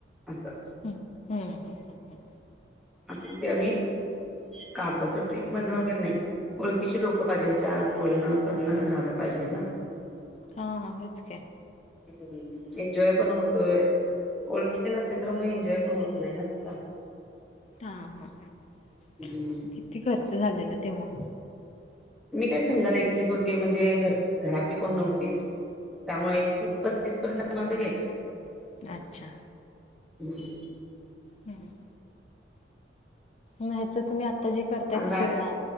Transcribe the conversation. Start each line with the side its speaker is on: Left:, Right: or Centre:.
Centre: असं.
Left: हम्म हम्म हम् हम् हम्...
Centre: असं ते आम्ही काढतो अस ट्रिप मधून वगैरे नाही. ओळखीचे लोक पाहिजे चार बोलणं करणं झालं पाहिजे ना.
Left: हा हेच काय.
Centre: ह एन्जॉय पण होतोय. ओळखीचे नसले तर मग एन्जॉय पण होत नाही ना तसा.
Left: हा हा ह
Centre: हम्म
Left: किती खर्च झालेला तेव्हा.
Centre: मी काय सिंगल एकटीच होती म्हणजे घर घरातील कोण नव्हती. त्यामुळे एकतीस पस्तीस पर्यंत माझ गेले.
Left: अच्छा...
Centre: हं.
Left: ह् नाही तरतुम्ही आता जे करताय
Centre: आणि
Left: तस रा.